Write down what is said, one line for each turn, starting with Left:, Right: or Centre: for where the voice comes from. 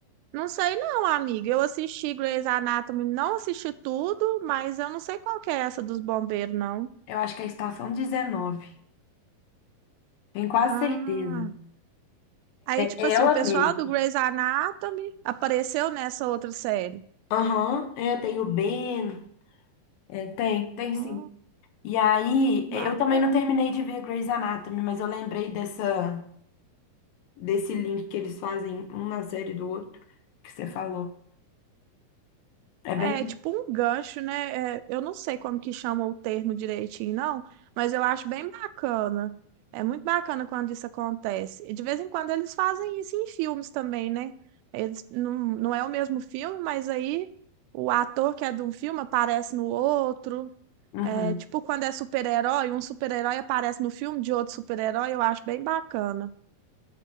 Right: Não sei não, amiga. Eu assisti Grey's Anatomy, não assisti tudo, mas eu não sei qual que é essa dos bombeiros, não.
Left: Eu acho que é a Estação dezenove. Tenho quase
Right: Ah.
Left: certeza.
Right: Aí, tipo
Left: É
Right: assim,
Left: ela
Right: o pessoal
Left: mesma.
Right: do Grey's Anatomy apareceu nessa outra série.
Left: Aham, é, tem o Ben. É, tem, tem
Right: Ah,
Left: sim. E aí,
Right: bacana.
Left: é, eu também não terminei de ver Grey's Anatomy, mas eu lembrei dessa, desse link que eles fazem um na série do outro, que você falou. É bem.
Right: É tipo um gancho, né? É, eu não sei como que chama o termo direitinho, não, mas eu acho bem bacana. É muito bacana quando isso acontece. E de vez em quando eles fazem isso em filmes também, né? Eles, não, não é o mesmo filme, mas aí o ator que é de um filme aparece no outro.
Left: Uhum,
Right: É tipo quando é super-herói, um super-herói aparece no filme de outro super-herói, eu acho bem bacana.